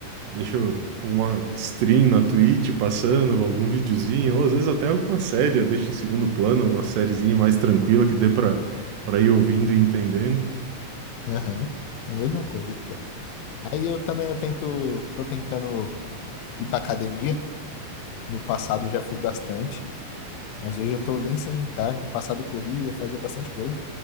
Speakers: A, on the right; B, on the left.
A: deixo alguma stream na Twitch passando, algum videozinho, ou às vezes até alguma série, eu deixo em segundo plano, uma sériezinha mais tranquila que dê pra, pra ir ouvindo e entendendo.
B: Aham. É a mesma coisa que eu. Aí eu também eu tento, tô tentando ir pra academia. No passado eu já fui bastante, mas hoje eu tô bem sedentário. No passado eu corria, fazia bastante coisa,